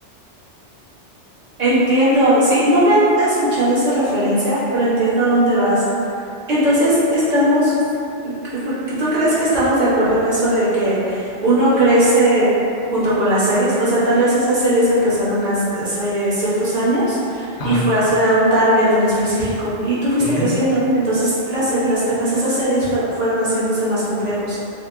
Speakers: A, on the right (about 40°); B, on the left (about 70°).
A: Entiendo, sí, no había escuchado esa referencia, pero entiendo a dónde vas. Entonces, estamos, ¿tú crees que estamos de acuerdo en eso de que uno crece junto con las series? O sea, tal vez esas series empezaron has- hace ciertos años
B: Ajá.
A: y fue hacia un target en específico y tú fuiste
B: Uh -huh.
A: creciendo. Entonces, las, se- los temas de esas series fue- fueron haciéndose más complejos.